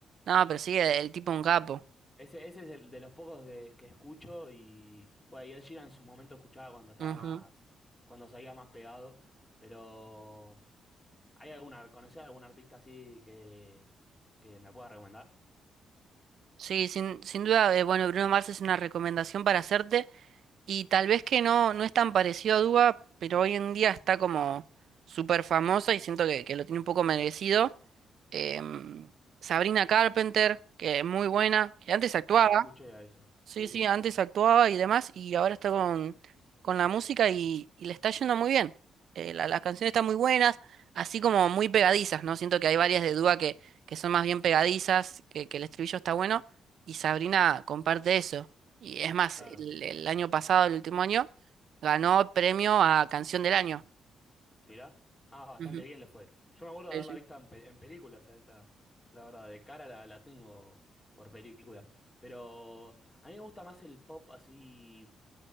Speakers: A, on the right; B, on the left.
A: No, pero sí, el tipo un capo.
B: Ese, ese es el de los pocos que, que escucho y, bueno, y Ed Sheeran en su momento escuchaba cuando estaba
A: Ujú.
B: más, cuando salía más pegado, pero... ¿Hay alguna, conocés algún artista así que, que me pueda recomendar?
A: Sí, sin, sin duda, eh, bueno, Bruno Mars es una recomendación para hacerte. Y tal vez que no, no es tan parecido a Duba pero hoy en día está como súper famosa y siento que, que lo tiene un poco merecido. Em, Sabrina Carpenter, que es muy buena, que antes actuaba.
B: Ah, la escuché a esa.
A: Sí,
B: Sí,
A: sí, antes actuaba y demás, y ahora está con, con la música y, y le está yendo muy bien. Eh, la- las canciones están muy buenas, así como muy pegadizas, ¿no? Siento que hay varias de Dúa que, que son más bien pegadizas, que, que el estribillo está bueno, y Sabrina comparte eso. Y es más,
B: claro.
A: el, el año pasado, el último año, ganó premio a Canción del Año.
B: Mirá. Ah, bastante
A: Ujú,
B: bien le fue. Yo me acuerdo
A: Sí,
B: de haberla visto en, pe- en películas a esta. La verdad, de cara la, la tengo por películas. Pero a mí me gusta más el pop así.